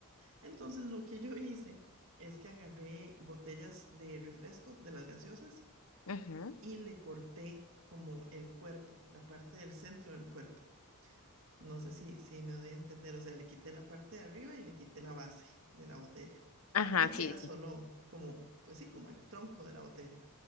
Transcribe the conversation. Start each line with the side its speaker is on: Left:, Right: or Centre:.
Right: Entonces lo que yo hice es que agarré botellas de refresco de las gaseosas
Left: Ajá.
Right: y le corté como el cuerpo, la parte del centro del cuerpo. No sé si, si me doy a entender, o sea, le quité la parte de arriba y le quité la base de la botella
Left: Ajá,
Right: y queda
Left: sí,
Right: solo
Left: sí.
Right: como, pues sí, como el tronco de la botella.